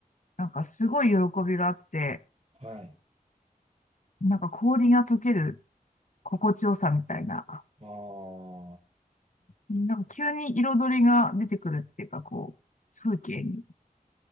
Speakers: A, on the left; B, on the right.
A: なんかすごい喜びがあって、
B: はい。
A: なんか氷が溶ける心地よさみたいな、
B: あ
A: なんか急に彩りが出てくるっていうか、こう、風景に、